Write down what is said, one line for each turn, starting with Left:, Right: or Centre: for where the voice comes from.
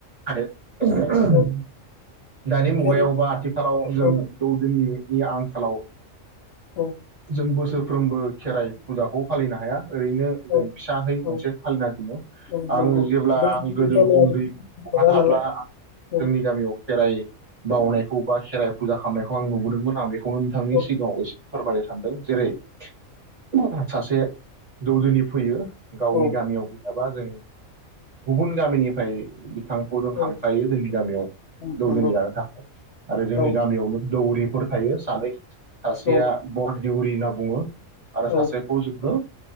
Right: आरो
Left: औ
Right: दानि मुगायाव
Left: खेराइ
Right: बा आथिखालाव जों
Left: औ
Right: <unintelligible> आंखालाव
Left: औ
Right: जों बोसोरफ्रोमबो खेराइ फुजाखौ फालिनो हाया । ओरैनो
Left: औ
Right: जों फिसाहै मोनसे
Left: औ
Right: फालिना दोनो
Left: औ
Right: आं
Left: नंगौ
Right: जेब्ला
Left: बे
Right: आं गोदो
Left: जालाया
Right: उन्दै बहा
Left: नङा
Right: थाब्ला
Left: नालाय औ
Right: जोंनि गामियाव खेराइ बावनायखौ बा खेराइ फुजा खालामनायखौ आं नुबोदोंमोन आं बे नोंथांनि
Left: औ
Right: सिगाङाव एसे फोरमायनो सानदों जेरै <unintelligible> सासे दौदिनि फैयो गावनि
Left: औ
Right: गामियावबो बा जों गुबुन गामिनिफ्राय बिथांखौ जों
Left: औ
Right: हांख्रायो जोंनि गामियाव
Left: औ
Right: दौदिनि
Left: नंगौ
Right: जानो थाखाय आरो जोंनि
Left: औ
Right: गामियावनो दौरिफोर थायो सानै सासेया
Left: औ
Right: बर देउरि होनना बुङो आरो
Left: औ
Right: ससेखौ जोंनो